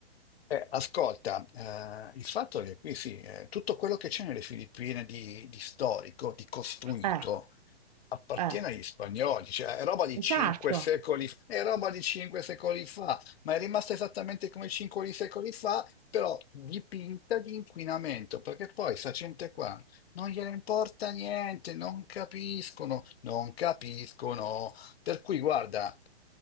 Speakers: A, on the left (about 70°); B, on the right (about 40°).
A: Eh, ascolta, eh, il fatto è che qui sì, eh, tutto quello che c'è nelle Filippine di, di storico, di costruito,
B: Eh,
A: appartiene
B: eh,
A: agli spagnoli, cioè è roba di cinque
B: esatto,
A: secoli, f- è roba di cinque secoli fa, ma è rimasta esattamente come cinque secoli fa, però dipinta di inquinamento, perché poi sta gente qua non gliene importa niente, non capiscono, non capiscono. Per cui, guarda,